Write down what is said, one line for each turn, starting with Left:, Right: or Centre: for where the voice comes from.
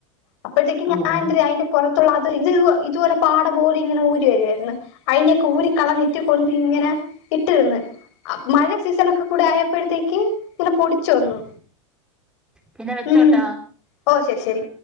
Left: അപ്പോഴത്തേക്ക്
Centre: ഓ
Left: ഞാൻ
Centre: ഓ
Left: അതിന്റെ പുറത്തുള്ള അത് ഇത് ഇതുപോലെ പാടപോടി ഇങ്ങെഊ വരുായിരുന്നു അതിനെയൊക്കെ ഊ കളം നെട്ടിക്കൊണ്ടി ന ഇന്ന് മഴ സീസൺ ഒക്കെ കൂടെ ആയപ്പോഴത്തേക്ക്ങ്ങെ ചന്നുന്നു
Centre: പിന്നെ വെച്ചോട്ടാ
Left: ഉം ഓ ശരി ശരി.